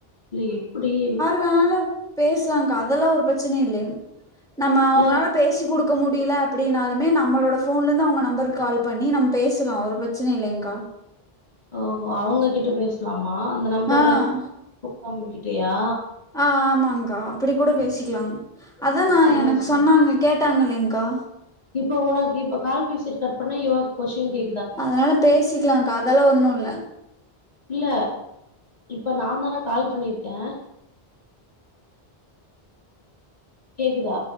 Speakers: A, on the left; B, in the centre.
A: இல்ல எப்டி என்
B: வேணாலும் பேசலாம்கா அதெல்லாம் ஒரு பெரச்சனே இல்லை நம்ம அவங்களால
A: இல்ல
B: பேசி குடு க்க முடியல அப்டினாலுமே நம்மளோட ஃபோன்ல இருந்து அவங்க நம்பருக்கு கால் பண்ணி நம்ம பேசலா ஒரு பிரச்சனே இல்லையங்கா
A: ஓஹோ அவங்க கிட்ட பேசலாமா அந்த நம்பரு
B: ஆ
A: அவங்க கிட்டியா
B: ஆ ஆமாங்கா அப்டி கூட பேசிக்கலா அதான் நான்
A: சேரி
B: எனக்கு
A: சேரி
B: சொன்னாங்க கேட்டாங்க இல்லைங்க்கா
A: இப்ப உனக்கு இப்ப கால் பேசி கட் பண்ண யவா கொஸ்டின் கே
B: அதனால பேசிக்கலான் அக்கா அதெல்லாம் ஒண்ணு இல்ல
A: இல்ல இப்போ நான் தானே கால் பண்ணியிருக்கேன் கேக்குதா